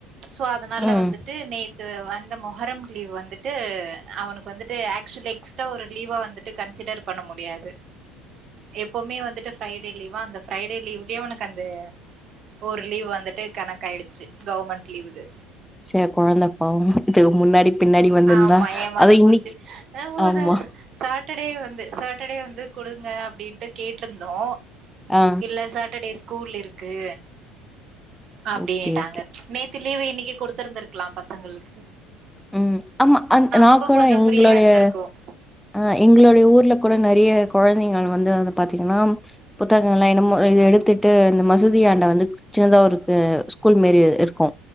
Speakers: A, on the right; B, in the centre.
A: சோ அதனால
B: ம்
A: வந்துட்டு நேத் து வந்த மொகரம் லீவ் வந்துட்டு அவனுக்கு வந்துட்டு ஆக்சுவலி எக்ஸ்ட ஒரு லீவா வந்துட்டு கன்சிடர் பண்ண முடியாது எப்பவுமே வந்துட்டு ஃப்ரைடே லீவா அந்த ஃப்ரைடே லீவுக்கே இவனுக்கு அந்த ஒரு லீவ் வந்துட்டு கணக்காயிடுச்சு கவுர்மெண்ட் லீவ்து
B: ச கொழந்த பாவோ இதுக் முன்னாடி பின்னாடி வந்திருந்தா
A: ஆமா ஏமாந்து
B: அது இன்னைக்கு
A: போச்சு‌ <unintelligible>
B: ஆமா
A: சாட்டடே வந்து சாட்டடே வந்து குடுங்க அப்டின்ட்டு கேட்ருந்தோ
B: ஆ
A: இல்ல சாட்டடே ஸ்கூல் இருக்கு அப்டின்னுட்டாங்க
B: ஓகே ஓகே
A: நேத் து லீவு இன்னிக்கு குடுத்துருந்திருக்லா பசங்களுக்கு
B: ம் ஆமா அது
A: நமக்கும்
B: நா கூட
A: கொஞ்சம்
B: எங்களுடைய
A: ஃப்ரீயா இருந்திருக்கும்.
B: அ எங்களுடைய ஊர்ல கூட நெறைய கொழந்தைகள் வந்து பாத்தீங்கனா புத்தகங்கள்லா என்னமோ இது எடுத்துட்டு இந்த மசூதியாண்ட வந்து சின்னதா ஒருக்கு ஸ்கூல் மேரி இருக்கு